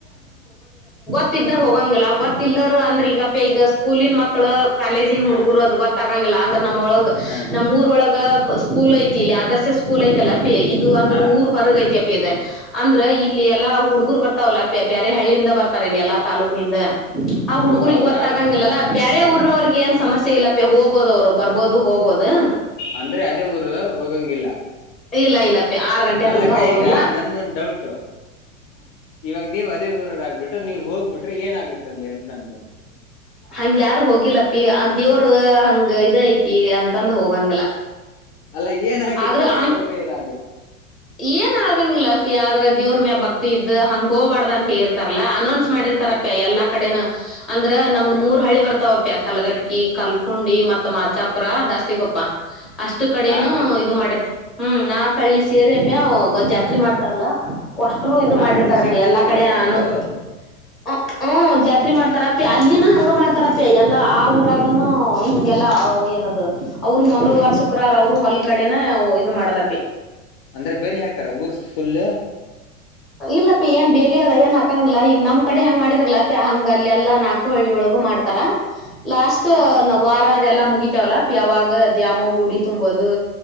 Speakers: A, in the centre; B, on the left.
A: ತ್ತಿದ್ದರ್ ಹೋಗಂಗಿಲ್ಲ ಗೊತ್ತು ಇದವರ ಅಂದ್ರ ಈಗಪ್ಪ ಈಗ ಸ್ಕೂಲಿನ ಮಕ್ಕಳ ಕಾಲೇಜಿನ
B: ಹಾ
A: ಹುಡ್ಗರು
B: ಹಾ
A: ಅದು ಗೊತ್ತಾಗಂಗಿಲ್ಲ ಅಂದ್ರ ನಮ್ಮ್ ಒಳಗ
B: ಹಾ
A: ನಮ್ ಊರೊಳಗ ಸ್ಕೂಲ್ ಐತಿ ಇಲ್ಲಿ ಅದ್ರ ಸ ಸ್ಕೂಲ ಐತಿ ಅಲ್ಲ ಅಪ್ಪಿ ಇದು ಅಂದ್ರೆ
B: ಹಾ
A: ಊರ್ ಹೊರಗ ಐತಿ ಅಪ್ಪಿ ಅದೆ ಅಂದ್ರ ಇಲ್ಲಿ ಎಲ್ಲಾ ಹುಡ್ಗರ್ ಬರ್ತಾವಲ್ಲ ಬೇರೆ ಹಳ್ಳಿಂದ ಬರ್ತಾರ ಇಲ್ಲಿ ಎಲ್ಲ ತಾಲೂಕಿನಿಂದ ಆ ಹುಡ್ಗುರಿಗೆ
B: ಓ ಹೌದಾ
A: ಒತ್ತ ಆಗಂಗಿಲ್ಲಲ್ಲಾ ಬ ಅರೇ ಊರನವ್ರರಿಗೆ ಏನ್ ಸಮಸ್ಯೆ ಇಲ್ಲ ಪ ಹೋಗಬಹದು ಅವ್ರು ಬರ್ಬೋದು ಹೋಗ್ಬೋದು
B: ಅಂದ್ರೆ ಅದೇ ಊರವರು ಹೋಗಂಗಿಲ್ಲ
A: ಇಲ್ಲ ಇಲ್ಲ ಆರು ಗಂಟೆ
B: ಅಲ್ಲಕ್ಕ
A: ತನಕ ಹೋಗಂಗಿಲ್
B: ಈಗ ನಂದೊಂದ್ ಡೌಟ್ ಇವಾಗ ನೀವು ಅದೇ ಊರಲ್ಲಾಗ ಬಿಟ್ರೆ ನೀವ್ ಹೋಗ್ಬಿಟ್ರೆ ಏನ ಆಗುತ್ತಲ್ಲಿ ಎಂತಂದ
A: ಹಂಗ ಯಾರ ಹೋಗಿಲ್ಲ ಪಿ ಅ ದೇವ್ರ ಹಂಗ ಇದ ಐತಿ ಅಂತಂದ ಹೋಗಂಗಿಲ್ಲ
B: ಅಲ್ಲ ಏನಾಗುತ್ತೆ
A: ಆದ್ರ ಹಂಗ
B: ಹೋದ್ರೆ ಏನಾಗುತ್ತೆ
A: ಏನ್ ಆಗಂಗಿಲ್ಲಫಿ ಆದ್ರೆ ದೇವ್ರ ಮ್ಯಾ ಭಕ್ತಿ ಇದ್ದ್ ಹಂಗ ಹೋಗ್ಬಾರ್ದ ಅಂತ ಹೇರ್ತಾರಲ್ಲಾ ಅನ್ನೊಂದ <unintelligible> ಮಾಡಿರ್ತಾರಪ್ಪ
B: ಹಾ
A: ಎಲ್ಲಾ ಕಡೆನ ಅಂದ್ರೆ ನಮ್ದ್
B: ಹಾ
A: ಮೂರ್ ಹಳಿ ಬರ್ತ ಪ್ಯ ಕಲಗಟಕಿ ಕಲ್ಕುಂಡಿ ಮತ್ ಮಾಚಾಪುರ ದಾಸ್ತಿಿಕೊಪ್ಪ ಅಷ್ಟು ಕಡೆನು
B: ನಾಲ್ಕಹಳ್ಳಿ
A: ಇದು ಮಾಡಿರ್ತ ಹ್ಮ್ ನಾಕ ಹೆಳ್ಳಿಸ ಸೇರಿಪ್ಯ ಅವು ಜಾತ್ರೆ ಮಾಡ್ತಾರಲ್ಲ ಅಷ್ಟರು ಇದು
B: ನಾಲ್ಕಹಳ್ಳಿ
A: ಮಾಡಿರ್ತಾರಪ್ಪ
B: ಸೇರಿ ಜಾತ್ರೆ
A: ಎಲ್ಲಾ ಕಡೆ
B: ಮಾಡ್ತಾರ
A: ಅನು
B: ಇದು
A: ಹ್ಮ <unintelligible> ಹ್ಮ ಜಾತ್ರೆ ಪ್ಯ ಮಾಡ್ತಾರ ಅಲ್ಲಿನ ಹಂಗ ಮಾಡ್ತ ತರಪೆ ಎಲ್ಲಾ ಆ ಊರಾಗ ನೂ ಇಂ ಇಲ್ಲ ಅವು ಏನದು ಅವರು ರು ಮಂಗಳವಾರ ಶುಕ್ರವಾರ ಅವ್ರು ಹೊಲ್ ಕಡೆನ ಇದು ಮಾಡದಪ್ಪಿ
B: ಅಂದ್ರೆ ಬೆಲಿ ಹಾಕ್ತಾರ ಊರ್ ಫುಲ್
A: ಇಲ್ಲಪ್ಪಿ ಏನ್ ಬೇಲಿ ಅದ ಏನ್ ಹಾಕಂಗಿಲ್ಲ ಈಗ ನಮ್ ಕಡೆ ಹೆಂಗ ಮಾಡಿದಾರಲಪಿ ಹಂಗ ಅಲ್ಲಿ ಎಲ್ಲಾ ನಾಲ್ಕು ಹಳ್ಳಿೊಳಗೂ ಮಾಡ್ತಾರ ಲಾಸ್ಟ್
B: ಹಾ ಹಾ
A: ನಾವ್ ವಾರ ಅದೆಲ್ಲ ಮುಗ ಇವಲ್ಲ ಯಾವಾಗ ದ್ಯಾಮ ಗೂಡಿ ತುಂಬೋದು